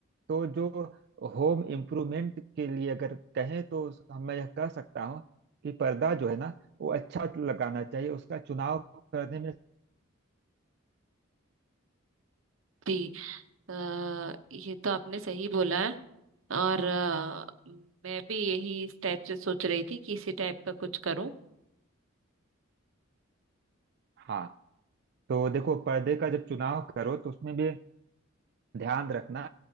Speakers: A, on the right; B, on the right.
A: तो जो होम इम्प्रूवमेंट के लिए अगर कहें तो उस- मैं यह कह सकता हूँ कि पर्दा जो है ना वो अच्छा लगाना चाहिए उसका चुनाव करने में
B: जी अ, ये तो आपने सही बोला है और अ, मैं भी यही इस टाइप से सोच रही थी कि इसी टाइप का कुछ करूं
A: हाँ तो देखो पर्दे का जब चुनाव करो तो उसमें भी ध्यान रखना